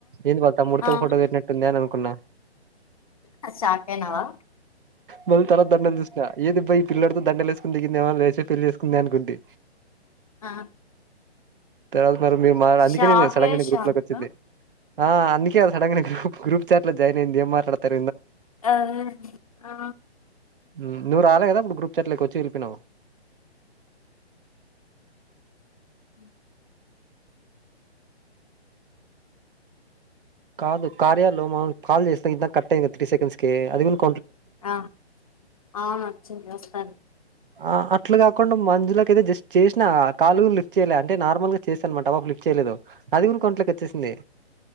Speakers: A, on the right; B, on the left.
A: ఎంది వాళ్ల తమ్ముడితో
B: ఆ
A: ఫోటో పెట్నాట్టుందే. అని అనుకున్నా.
B: ఆ షాక్ అయినావా
A: మల్ తారత్ దండల్ చూస్న ఏందిబ్బా ఈ పిల్లోడితో దండలు వేసుకుని దిగిందేమో, లేసే పెళ్లి చేసుకుంది అనుకుంటి.
B: ఆ
A: తర్వాత మరి మీరు మాట్ అందుకేనేను
B: షాకే
A: సడన్గానే
B: షాక్
A: గ్రూప్ లోకి వచ్చింది.
B: ఆ
A: ఆ అందుకే అల్ సడన్గా నే గ్రూప్ గ్రూప్ చార్ట్ లో జాయిన్ అయింది. ఏం మాట్లాడతార్
B: ఆదే ఆ
A: ఉమ్ నువ్ రాలే గాదా, అప్పుడు గ్రూప్ చాట్లోకి వచ్చి ఏళ్లిపోయినావ్.
B: అ
A: కాదు! !!!!!!!!! మనం కాల్ చేస్తే. ఇందక్ కట్ అయ్యింద్ త్రీ సెకండ్స్ కే అదిగున్
B: ఆ అవును వచ్చింది వస్తాను
A: ఆ అట్లా గాకుండా మంజులకయితే జస్ట్ చేస్నా, ఆ కాలు లిఫ్ట్ చేయలే అంటే. నార్ల్గా చేస అనమాట ఆ పప్ లిఫ్ట్ చేయ్ లేదొ అదిగునా కొంట్లకోచ్చేసింది.